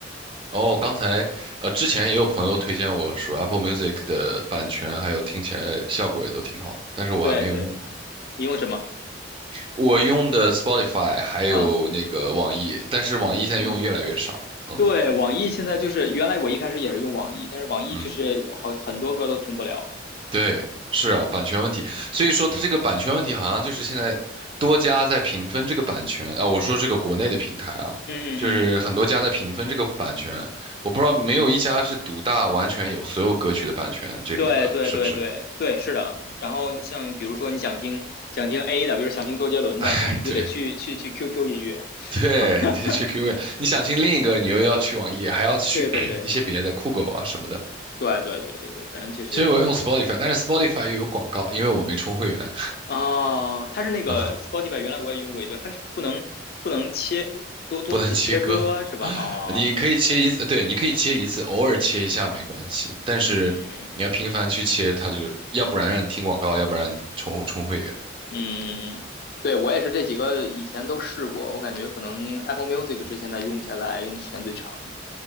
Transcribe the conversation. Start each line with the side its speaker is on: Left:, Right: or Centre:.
Right: 哦，刚才呃，之前也有朋友推荐我说
Left: 嗯，
Right: Apple Music 的版权还有听起来效果也都挺好的，但是我还没有用过。
Left: 对对，你用什么？
Right: 我用的 Spotify 还有那个网易，
Left: 啊，
Right: 但是网易现在用越来越少。
Left: 嗯，
Right: 嗯
Left: 对，网易现在就是原来我一开始也是用网易，但是网易就是好很多歌都听不了了。
Right: 嗯，对，是啊，
Left: 嗯
Right: 版权问题。所以说它这个版权问题好像就是现在多家在平分这个版权啊，我说这个国内的平台啊，
Left: 嗯嗯嗯，
Right: 就是很多家在平分这个版权，我不知道没有一家是独大完全有所有歌曲的版权这种的，
Left: 对对对对对，
Right: 是不是？
Left: 是的。然后你像比如说你想听想听 A 的，比如想听周杰伦的，
Right: <laughs> 哎，
Left: 可能你就得去去去
Right: 对。
Left: QQ 音乐。
Right: <laughs> 对，
Left: <laughs>
Right: 你去 QQ，你想听另一个，你又要去网易，还要去
Left: 对对对
Right: <clears throat> 一些别的酷狗啊什么的。
Left: 对对对对对，反正就是
Right: 所以我用 Spotify，但是 Spotify 又有广告，因为我没充会员
Left: 哦，它是那个
Right: <laughs> 啊，
Left: Spotify，原来我也用过一段，它是不能不能切多多次切割是吧？
Right: 不能切歌。
Left: 哦，
Right: 你可以切一次，
Left: 对对，
Right: 对，你可以切一次，偶尔切一下没关系，但是你要频繁去切，
Left: 嗯
Right: 它就要不然让你听广告，
Left: 嗯
Right: 要不然让你充充会员。
Left: 嗯嗯，对我也是这几个以前都试过，我感觉可能 Apple Music
Right: 嗯
Left: 是现在用下来用的时间最长的，